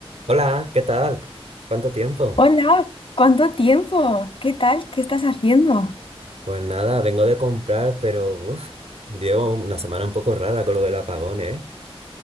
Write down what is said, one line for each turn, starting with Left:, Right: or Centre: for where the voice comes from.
Right: Hola, ¿qué tal? ¿Cuánto tiempo?
Left: Hola, ¿cuánto tiempo? ¿Qué tal? ¿Qué estás haciendo?
Right: Pues nada, vengo de comprar, pero uf, llevo una semana un poco rara con lo del apagón, ¿eh?